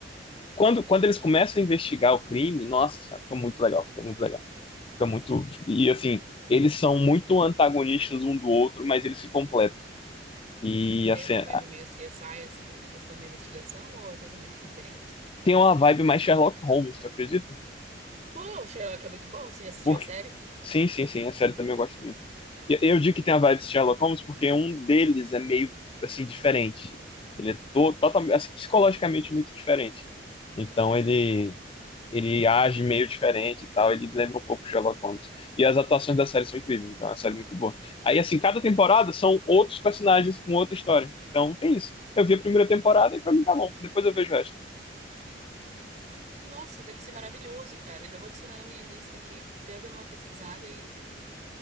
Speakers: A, on the left (about 30°); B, on the right (about 40°).
A: quando, quando eles começam a investigar o crime, nossa senhora, fica muito legal, fica muito legal. Fica muito. E assim, eles são muito antagonistas um do outro, mas eles se completam. E
B: Tem
A: assim,
B: uma
A: a-
B: vibe meio CSI, assim, na questão da investigação, ou é totalmente diferente?
A: tem uma vibe mais Sherlock Holmes, tu acredita?
B: Pô, Sherlock é muito bom, você já assistiu
A: Porque
B: a série?
A: sim, sim, sim, a série também eu gosto muito. E eu digo que tem a
B: Uhum.
A: vibe de Sherlock Holmes porque um deles é meio assim diferente. Ele é to- totalmente assim, psicologicamente muito diferente. Então ele ele age meio diferente e tal, ele lembra um pouco Sherlock Holmes. E as atuações da série são incríveis, então é uma série muito boa. Aí assim, cada temporada são outros personagens com outra história. Então tem isso. Eu vi a primeira temporada e pra mim tá bom. Depois eu vejo o resto.
B: Nossa, deve ser maravilhoso, cara. Já vou adicionar na minha lista aqui, até dando uma pesquisada e.